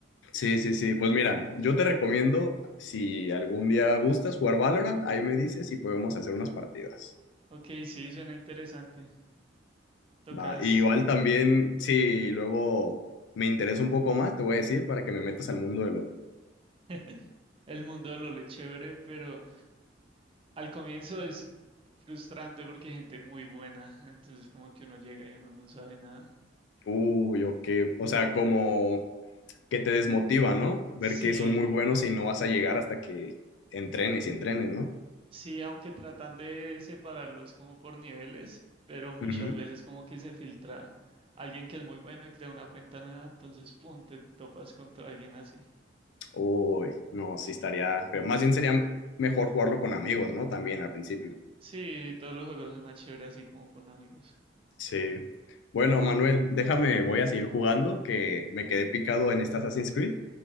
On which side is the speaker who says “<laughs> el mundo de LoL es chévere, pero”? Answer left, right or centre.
Right